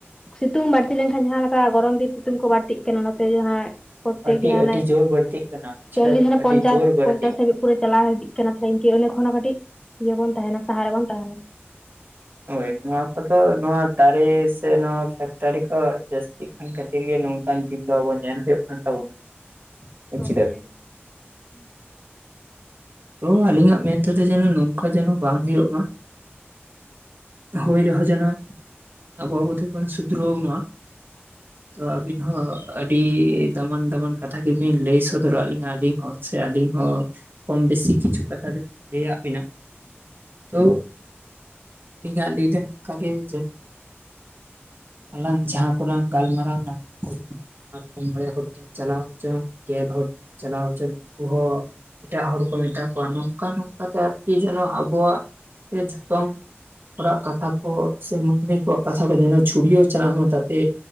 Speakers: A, on the left; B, on the right.
A: ᱥᱤᱛᱩᱝ ᱵᱟᱹᱲᱛᱤ ᱞᱮᱱᱠᱷᱟᱱ ᱡᱟᱦᱟᱸ ᱞᱮᱠᱟ ᱜᱚᱨᱚᱢ ᱫᱤᱱ ᱥᱤᱛᱩᱝ ᱠᱚ ᱵᱟᱹᱲᱛᱤᱜ ᱠᱟᱱᱟ ᱱᱚᱛᱮ ᱡᱟᱦᱟᱸ ᱯᱚᱛᱮᱠ
B: ᱟᱹᱰᱤ
A: ᱜᱮ ᱦᱟᱱᱮ
B: ᱟᱹᱰᱤ ᱡᱳᱨ ᱵᱟᱹᱲᱛᱤᱜ ᱠᱟᱱᱟ ᱵᱩᱡ
A: ᱪᱚᱞᱤᱥ
B: ᱫᱟᱵᱤᱱ
A: ᱦᱟᱱᱮ
B: ᱟᱹᱰᱤ
A: ᱯᱚᱱᱪᱟᱥ
B: ᱡᱳᱨ ᱵᱟᱹᱲᱛᱤᱜ
A: ᱯᱚᱱᱪᱟᱥ ᱫᱷᱟᱹᱵᱤᱡ
B: ᱠᱟᱱᱟ᱾
A: ᱯᱩᱨᱟᱹ ᱪᱟᱞᱟᱣ ᱤᱫᱤ ᱠᱟᱱᱟ ᱛᱚᱦᱚᱞᱮ ᱤᱱᱠᱟᱹ ᱚᱱᱮ ᱠᱷᱚᱱ ᱦᱚᱸ ᱠᱟᱹᱴᱤᱡ ᱤᱭᱟᱹ ᱵᱚᱱ ᱛᱟᱦᱮᱱᱟ ᱥᱟᱦᱟ ᱨᱮᱵᱚᱱ ᱛᱟᱦᱮᱱᱟ᱾
B: ᱦᱳᱭ ᱱᱚᱣᱟ ᱠᱚᱫᱚ ᱱᱚᱣᱟ ᱫᱟᱨᱮ ᱥᱮ ᱱᱚᱣᱟ ᱯᱷᱮᱠᱴᱟᱨᱤ ᱠᱚ ᱡᱟᱹᱥᱛᱤᱜ ᱠᱟᱱ ᱠᱷᱟᱹᱛᱤᱨ ᱜᱮ ᱱᱚᱝᱠᱟᱱ ᱫᱤᱱ ᱫᱚ ᱟᱵᱚ ᱧᱮᱞ ᱦᱩᱭᱩᱜ ᱠᱟᱱ ᱛᱟᱵᱚᱱᱟ᱾
A: <unintelligible>
B: ᱵᱩᱡ ᱫᱟᱵᱤᱱ ᱛᱚ ᱟᱞᱤᱧᱟᱜ ᱢᱮᱱᱛᱮ ᱫᱚ ᱡᱮᱱᱚ ᱱᱚᱝᱠᱟ ᱡᱮᱱᱚ ᱵᱟᱝ ᱦᱳᱭᱳᱜ ᱢᱟ᱾ ᱦᱩᱭ ᱨᱮᱦᱚᱸ ᱡᱮᱱᱚ ᱟᱵᱚ ᱟᱵᱚ ᱛᱮᱵᱚᱱ ᱥᱩᱫᱷᱨᱟᱹᱣ ᱢᱟ᱾ ᱛᱚ ᱟᱹᱵᱤᱱ ᱦᱚᱸ ᱟᱹᱰᱤ ᱫᱟᱢᱟᱱ ᱫᱟᱢᱟᱱ ᱠᱟᱛᱷᱟ ᱜᱮᱵᱤᱱ ᱞᱟᱹᱭ ᱥᱚᱫᱚᱨᱟᱜ ᱞᱤᱧᱟᱹ᱾ ᱟᱹᱞᱤᱧ ᱦᱚᱸ ᱥᱮ ᱟᱹᱞᱤᱧ ᱦᱚᱸ ᱠᱚᱢ ᱵᱮᱥᱤ ᱠᱤᱪᱷᱩ ᱠᱟᱛᱷᱟ ᱫᱚᱞᱤᱧ ᱞᱟᱹᱭᱟᱜ ᱵᱤᱱᱟ ᱛᱳ ᱤᱧ ᱟᱜ ᱞᱟᱹᱭ ᱫᱚ ᱱᱚᱝᱠᱟ ᱜᱮ ᱡᱮᱱᱚ᱾ ᱟᱞᱟᱝ ᱡᱟᱦᱟᱸ ᱠᱚᱞᱟᱝ ᱜᱟᱞᱢᱟᱨᱟᱣᱱᱟ <inaudible> ᱟᱨ ᱠᱚ ᱢᱚᱬᱮ ᱦᱚᱲ ᱴᱷᱮᱱ ᱪᱟᱞᱟᱣ ᱦᱚᱪᱚᱱ, ᱜᱮᱞ ᱦᱚᱲ ᱴᱷᱮᱱ ᱪᱟᱞᱟᱣ ᱦᱚᱪᱚᱱ ᱩᱱᱠᱩ ᱦᱚᱸ ᱮᱴᱟᱜ ᱦᱚᱲ ᱠᱚ ᱢᱮᱛᱟ ᱠᱚᱣᱟ ᱱᱚᱝᱠᱟ ᱱᱚᱝᱠᱟ ᱛᱮ ᱟᱨᱠᱤ ᱡᱮᱱᱚ ᱟᱵᱚᱣᱟᱜ ᱡᱷᱚᱛᱚᱢ ᱦᱚᱲᱟᱜ ᱠᱟᱛᱷᱟ ᱠᱚ ᱥᱮ ᱢᱟᱹᱱᱢᱤ ᱠᱚᱣᱟᱜ ᱠᱟᱛᱷᱟ ᱠᱚ ᱡᱮᱱᱚ ᱪᱷᱩᱲᱤᱭᱟᱹᱣ ᱪᱟᱞᱟᱜ ᱢᱟ ᱛᱟᱛᱮ